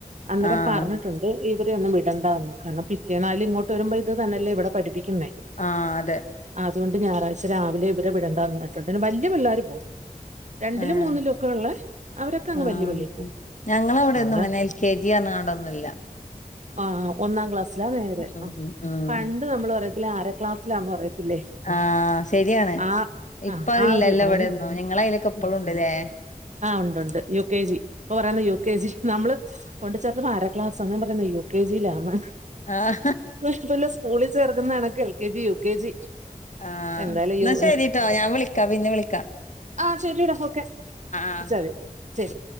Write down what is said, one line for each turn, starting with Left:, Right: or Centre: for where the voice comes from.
Right: അന്നേരം
Left: ആഹ്
Right: പറ ട്ടുണ്ട് ഇവരെ ഒന്നും വിടണ്ടാന്ന് കാരണം പിറ്റേന്നാല് ഇങ്ങോട്ട് വരുമ്പോ ഇത് തന്നേല്ലേ ഇവിടെ പഠിപ്പിക്കുന്നേ
Left: ആഹ് അതെ
Right: അതോണ്ട് ഞായറാഴ്ച രാവിലെ ഇവരെ വിടണ്ടാന്ന് പറഞ്ഞിട്ടുണ്ട് വല്ല്യ പിള്ളേര് പോ രണ്ടിലും
Left: ഏഹ്
Right: മൂന്നിലും ഒക്കെ ഉള്ളെ അവരൊക്കെ അങ്ങ്
Left: ആഹ്
Right: വല്യ പള്ളി
Left: ഞങ്ങളവ്ടെഎന്നും
Right: പോവും
Left: ഇങ്ങനെ എൽ ക്കെ ജി അർഞ്ഞ്കാണ്ടൊന്നും ഇല്ല
Right: ആഹ് ഒന്നാം ക്ലാസ്സിലാ നേരെ
Left: ഉം
Right: ആഹ്
Left: ഉം
Right: പണ്ട് നമ്മള് പറയത്തില്ലെ ആര ക്ലാസ്സിലാന്ന് പറയത്തില്ലേ
Left: ആഹ് ശരിയാണ്
Right: ആ
Left: ഇപ്പ
Right: ആ
Left: അഅ്ല്ലല്ലോ
Right: ആ ഒരു ഇതാണ്
Left: ഇവടെയൊന്നും ഞങ്ങള അയ്ലൊക്കെ ഇപ്പഴും ഉണ്ട്ല്ലേ
Right: ആഹ് ഉണ്ട് ഉണ്ട് യു കെ ജി ഇപ്പൊ പറയുന്ന യു കെ ജി നമ്മള് കൊണ്ട് ചേർത്തപ്പ അര ക്ലാസാന്ന് ഞാൻ പറഞെന്നാ യു കെ ജിലാന്ന്
Left: ആഹ്
Right: ഇക്കൊല്ലം സ്കൂളിൽ ചേർക്കുന്ന കണക്ക് L K G U K G
Left: ആഹ്
Right: എന്തായാലും
Left: ഇന്നാ
Right: യു
Left: ശരീട്ടോ ഞാൻ വിളിക്കാം പിന്നെ വിളിക്കാം
Right: ആഹ് ശരിടാ ഓക്കെ
Left: ആഹ്
Right: വിളിച്ചാതി ശരി